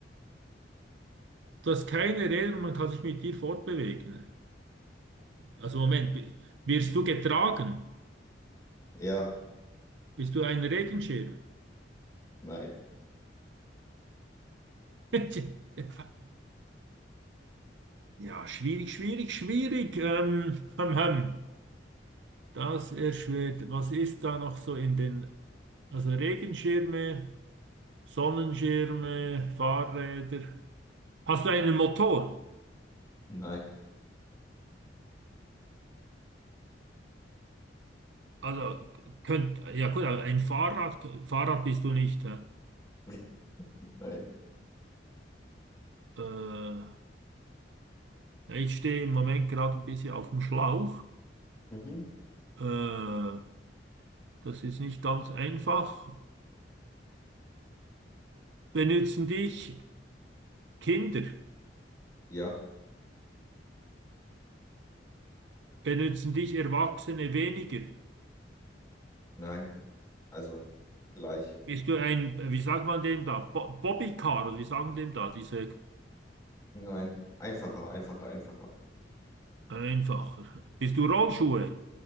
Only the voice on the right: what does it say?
Du hast keine Räder und man kann sich mit dir fortbewegen. Also Moment, bi- wirst du getragen?
Bist du ein Regenschirm?
<laughs> Ja, schwierig, schwierig, schwierig. Ähm, hm, hm. Das erschwert. Was ist da noch so in den... Also Regenschirme, Sonnenschirme, Fahrräder. Hast du einen Motor?
Also könnt, ja gut, aber ein Fahrrad, Fahrrad bist du nicht. hä?
Äh, ja, ich stehe im Moment gerade ein bisschen auf dem Schlauch.
Äh, das ist nicht ganz einfach. Benutzen dich Kinder,
benutzen dich Erwachsene weniger?
Bist du ein, wie sagt man dem da, Bo Bobbycar oder wie sagen dem da, diese
einfacher? Bist du Rollschuhe?